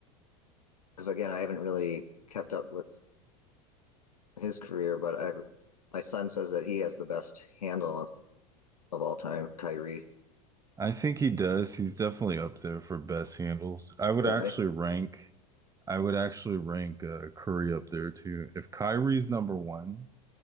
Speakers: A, on the left (about 80°); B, on the right (about 15°).
A: because again, I haven't really kept up with his career, but I my son says that he has the best handle of all time, Kyrie.
B: I think he does. He's definitely up there for best handles. I would
A: Really?
B: actually rank, I would actually rank uh, Curry up there too. If Kyrie's number one,